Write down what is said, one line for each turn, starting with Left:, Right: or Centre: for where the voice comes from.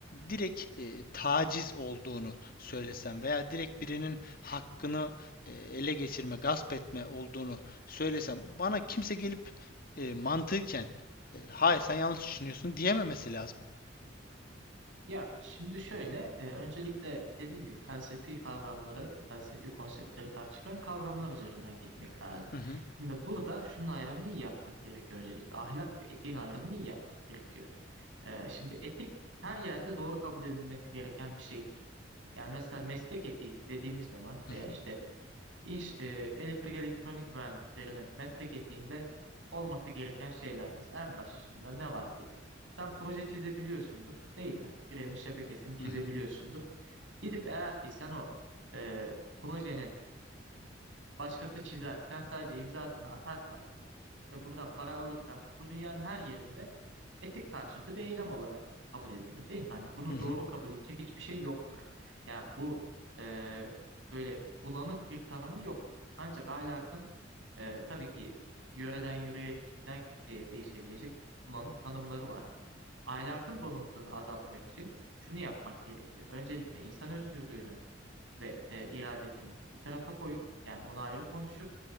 Left: direkt e, taciz olduğunu söylesem veya direkt birinin hakkını e, ele geçirme, gasp etme olduğunu söylesem bana kimse gelip e, mantıken e, hayır sen yanlış düşünüyorsun diyememesi lazım.
Right: Ya şimdi şöyle, e, öncelikle dediğim gibi felsefi kavramları, felsefi konseptleri tartışırken kavramlar üzerinden gitmek lazım.
Left: Hı hı,
Right: Şimdi burada şunun ayrımını iyi yapmak gerekiyor öncelikle. Ahlak ve etiğin ayrımını iyi yapmak gerekiyor. E, şimdi etik her yerde doğru kabul edilmesi gereken bir şeydir. Yani mesela meslek etiği dediğimiz zaman
Left: hı
Right: veya
Left: hı,
Right: işte İnş, e, elektrik elektronik mühendislerinin meslek etiğinde olması gereken şeyler mesela en başında ne vardır? Sen proje çizebiliyorsundur değil mi? Bir evin şebekesini çizebiliyorsundur.
Left: hı hı,
Right: Gidip eğer ki sen o e, projenin başkası çizer, sen sadece imzasını atarsan ve buradan para alırsan bu dünyanın her yerinde etik karşıtı bir eylem olarak kabul edilir değil mi? Hani bunu
Left: hı hı.
Right: doğru kabul edecek hiçbir şey yoktur. Yani bu e, böyle bulanık bir tanımı yoktur. Ancak ahlakın e, tabii ki yöreden yöreye, kişiden kişiye değişebilecek bulanık tanımları vardır. Ahlakın bulanıklığını azaltmak için şunu yapmak gerekiyor. Öncelikle insan özgürlüğünü ve e, iradesini bir tarafa koyup yani onu ayrı konuşup